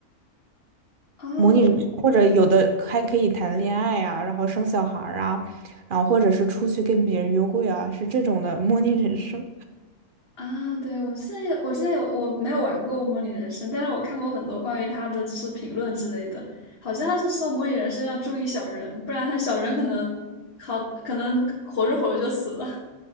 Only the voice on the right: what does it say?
模拟人生，或者有的还可以谈恋爱啊，然后生小孩儿啊，然后或者是出去跟别人约会啊，是这种的模拟人生。